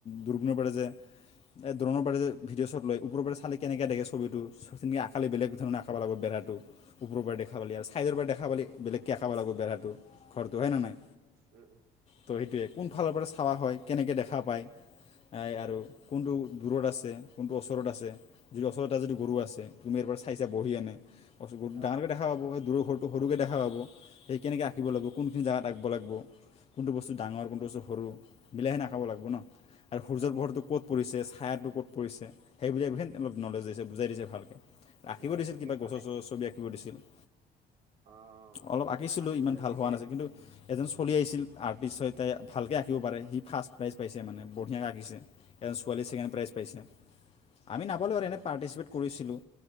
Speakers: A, on the left; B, on the right.
A: দুগুনে পাৰে যে। এই ধৰণৰ পাৰে যে, ভিডিঅ শ্বট লয় ওপৰৰ পৰা চালে কেনেকৈ দেখে ছবি টো। তুমি আকালৈ
B: উম
A: বেলেগ ধৰণৰ আ আকাব লাগিব বেৰাটো। ওপৰৰ পৰা দেখাৰ পালি আৰু ছাইডৰ পৰা দেখাৰ পালি বেলেগকে আকাবা লাগিব বেৰাটো। ঘৰটো হে অনা নাই,
B: উম উম উম
A: ত' সেইটোৱে কোনফালৰ পৰা চাৱা হয়, কেনেকৈ দেখা পায়। এই
B: উম
A: আৰু, কোনটো দূৰত আছে, কোনটো ওচৰত আছে। যদি ওচতেটা যদি গৰু আছে। তুমি ইয়াৰ পৰা চাইছা বহি এনে কচ
B: অ
A: ডাঙৰকৈ দেখা পাব দূৰৰ ঘৰটো সৰুকৈ দেখা পাব, সেই কেনেকৈ
B: উম
A: আঁকিব
B: উম
A: লাগিব। কোনখিনি জগাত আকবা লাগিব। কোনটো বস্তু ডাঙৰ, কোনটো বস্তু সৰু মিলাই হে নাই নাখাব লাগিব ন, আৰু সূৰ্যৰ
B: অ
A: পোহৰটো ক'ত পৰিছে ছায়াটো ক'ত পৰিছে। সেই তেওঁ লোক নলেজ দিছে বুজাই দিছে ভালকৈ। আঁকিব
B: অ
A: দিছিল
B: ঠিকেই
A: কিবা গছৰ
B: ভালে
A: -চছৰ ছবি আঁকিব দিছিল।
B: অ
A: অলপ
B: তেনেহ'লে
A: আঁকিছিলোঁ
B: ভালে
A: ইমান
B: নলেজ
A: ভাল
B: দিছে
A: হোৱা নাছিল। কিন্তু এজন চলি আহিছিল, আৰ্টিষ্ট সতাই ভালকৈ আঁকিব পাৰে। সি ফাৰ্ষ্ট প্ৰাইজ পাইছে মানে বঢ়িয়াকৈ আঁকিছে। এজন ছোৱালীয়ে ছেকেণ্ড প্ৰাইজ পাইছে। আমি নাপালোঁ আৰু এনেই পাৰ্টিচিপেট কৰিছিলোঁ।